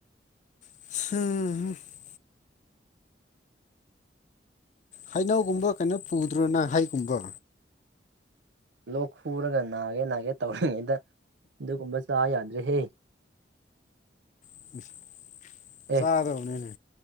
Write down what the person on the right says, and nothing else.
ꯂꯣꯛ ꯈꯨꯔꯒ ꯅꯥꯒꯦ ꯅꯥꯒꯦ ꯇꯧꯔꯤꯉꯩꯗ ꯑꯗꯨꯒꯨꯝꯕ ꯆꯥ ꯌꯥꯗ꯭ꯔꯦꯍꯦ꯫
ꯑꯦ